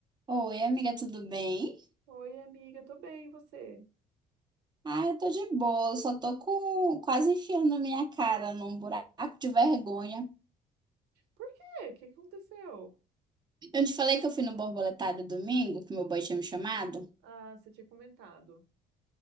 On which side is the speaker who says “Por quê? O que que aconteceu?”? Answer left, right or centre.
Right